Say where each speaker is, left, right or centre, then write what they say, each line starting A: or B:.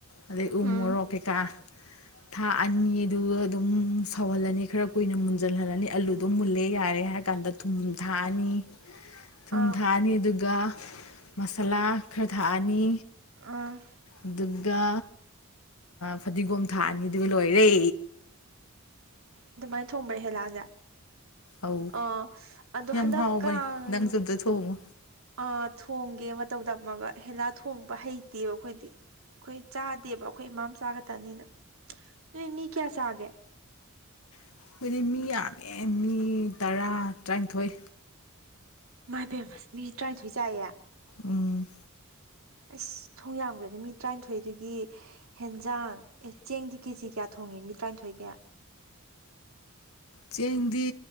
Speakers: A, on the left; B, on the right.
A: ꯑꯗꯩ ꯎ
B: ꯎꯝ
A: ꯃꯣꯔꯣꯛ ꯀꯩꯀꯥ ꯊꯥꯛꯑꯅꯤ ꯑꯗꯨꯒ ꯑꯗꯨꯝ ꯁꯧꯍꯜꯂꯅꯤ ꯈꯔ ꯀꯨꯏꯅ ꯃꯨꯟꯖꯟꯍꯜꯂꯅꯤ ꯑꯂꯨꯗꯣ ꯃꯨꯜꯂꯦ ꯌꯥꯔꯦ ꯍꯥꯏꯔ ꯀꯥꯟꯗ ꯊꯨꯝ ꯊꯥꯛꯑꯅꯤ ꯊꯨꯝ
B: ꯑꯥ
A: ꯊꯥꯛꯑꯅꯤ ꯑꯗꯨꯒ ꯃꯁꯥꯂꯥ ꯈꯔ ꯊꯥꯛꯑꯅꯤ
B: ꯑꯥ
A: ꯑꯗꯨꯒ ꯐꯗꯤꯒꯣꯝ ꯊꯥꯑꯅꯤ ꯑꯗꯨꯒ ꯂꯣꯏꯔꯦ
B: ꯑꯗꯨꯃꯥꯏꯟ ꯊꯣꯡꯕ꯭ꯔ ꯑꯍꯦꯂꯥꯁꯦ
A: ꯑꯧ
B: ꯑꯣ ꯑꯗꯣ
A: ꯌꯥꯝ
B: ꯍꯟꯗꯛ
A: ꯍꯥꯎꯕꯅꯦ
B: ꯀꯥꯡ
A: ꯅꯪꯁꯨ ꯑꯝꯇ ꯊꯣꯡꯉꯣ
B: ꯑ ꯊꯣꯡꯒꯦ ꯃꯇꯧ ꯇꯝꯃꯒ ꯑꯍꯦꯂꯥ ꯊꯣꯡꯕ ꯍꯩꯇꯦꯕ ꯑꯩꯈꯣꯏꯗꯤ ꯑꯩꯈꯣꯏ ꯆꯥꯗꯦꯕ ꯑꯩꯈꯣꯏ ꯏꯃꯥꯝ ꯆꯥ ꯈꯇꯅꯤꯅ ꯅꯣꯏ ꯃꯤ ꯀꯌꯥ ꯆꯥꯒꯦ
A: ꯑꯩꯈꯣꯏꯗꯤ ꯃꯤ ꯌꯥꯝꯃꯦ ꯃꯤ ꯇꯔꯥ ꯇꯔꯥꯅꯤꯊꯣꯏ
B: ꯏꯃꯥꯏꯄꯦꯝꯃ ꯃꯤ ꯇꯔꯥꯅꯤꯊꯣꯏ ꯆꯥꯏꯌꯦ
A: ꯎꯝ
B: ꯑꯁ ꯊꯣꯡ ꯌꯥꯝꯒ꯭ꯔꯗ ꯃꯤ ꯇꯔꯥꯅꯤꯊꯣꯏꯗꯨꯒꯤ ꯍꯦꯟꯖꯥꯡ ꯑꯦ ꯆꯦꯡꯗꯤ ꯀꯦꯖꯤ ꯀꯌꯥ ꯊꯣꯡꯉꯤ ꯃꯤ ꯇꯔꯥꯏꯟꯊꯣꯏꯒꯤ
A: ꯆꯦꯡꯗꯤ